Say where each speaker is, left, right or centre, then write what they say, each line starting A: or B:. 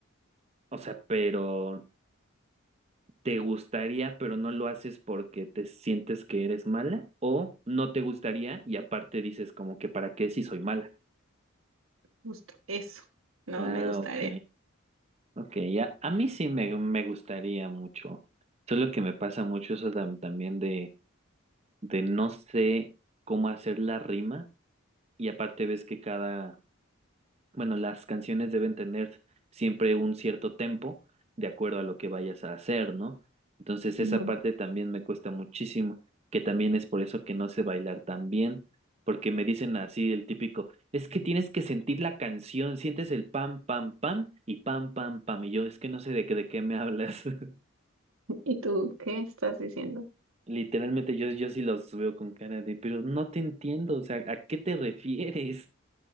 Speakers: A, on the right; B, on the right.
A: O sea, pero te gustaría, pero no lo haces porque te sientes que eres mala, o no te gustaría y aparte dices como que para qué si soy mala.
B: Justo eso, no
A: Ah,
B: me gustaría.
A: ok. Ok, ya. A mí sí me, me gustaría mucho. Solo que me pasa mucho eso tam- también de, de no sé cómo hacer la rima. Y aparte ves que cada, bueno, las canciones deben tener siempre un cierto tempo de acuerdo a lo que vayas a hacer, ¿no? Entonces esa
B: Ujú.
A: parte también me cuesta muchísimo, que también es por eso que no sé bailar tan bien, porque me dicen así el típico, es que tienes que sentir la canción, sientes el pam, pam, pam y pam, pam, pam, y yo es que no sé de qué, de qué me hablas. <laughs>
B: ¿Y tú qué estás diciendo?
A: Literalmente yo, yo sí los veo con cara de, pero no te entiendo, o sea, ¿a qué te refieres?